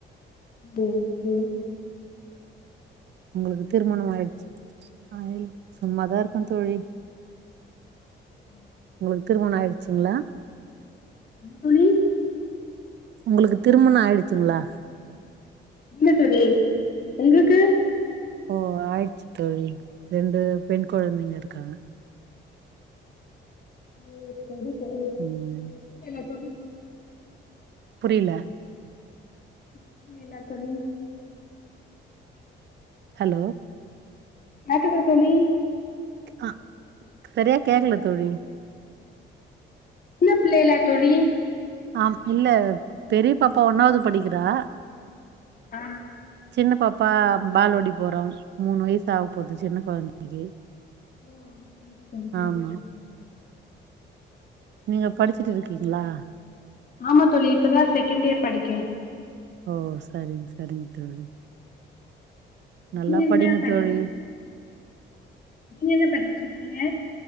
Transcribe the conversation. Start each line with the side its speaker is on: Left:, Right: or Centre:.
Left: ஓ ஓ
Right: உங்களுக்கு திருமண ஆயிடுச்சா சும்மாதா இருக்க தோழி
Left: ம்
Right: உங்களுக்கு திருமண ஆயிடுச்சுங்களா
Left: என்ன தோழி
Right: உங்களுக்கு திருமணம் ஆயிடுச்சுங்களா
Left: இல்ல தோழி உங்களுக்கு
Right: ஓ ஆயிடுச்சு தோழி ரெண்டு பெண் குழந்தைங்க இருக்காங்க
Left: ஓ சேரி தோழி
Right: ம்
Left: <unintelligible> தோழி
Right: புரில
Left: <unintelligible> தோழி
Right: ஹலோ
Left: <unintelligible> தோழி
Right: அஹ் சரியா கேக்கல தோழி
Left: சின்ன பிள்ளயலா தோழி
Right: ஆம் இல்ல பெரிய பாப்பா ஒன்னாவது படிக்கிறா
Left: அ
Right: சின்ன பாப்பா பால்வாடி போறோம் மூணு வயசு ஆக போகுது சின்ன கொழந்தைக்கு
Left: ஓ சேரி தோழி சேரி
Right: ஆமா நீங்க படிச்சுட்டு இருக்கீங்களா
Left: ஆமா தோழி இப்பதா செகண்ட் இயர் படிக்க
Right: ஓ சரிங் சரிங் தோழி நல்லா
Left: நீங்க என்ன
Right: படிங்க
Left: படி
Right: தோழி
Left: நீங்க என்ன படிச்சிருக்கீங்க